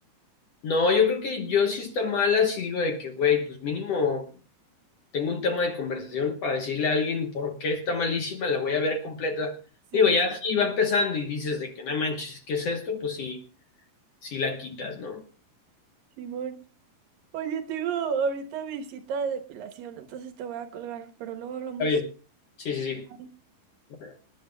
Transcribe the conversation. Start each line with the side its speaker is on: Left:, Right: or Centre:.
Left: no, yo creo que yo sí está mala si digo de que, güey, pues mínimo. tengo un tema de conversación para decirle a alguien por qué está malísima, la voy a ver completa.
Right: Sí.
Left: Digo, ya si va empezando y dices de que no manches, ¿qué es esto? Pues sí, sí la quitas, ¿no?
Right: Simón. Oye, tengo ahorita visita de depilación, entonces te voy a colgar, pero luego hablamos.
Left: Está bien. Sí, sí,
Right: Ay,
Left: sí.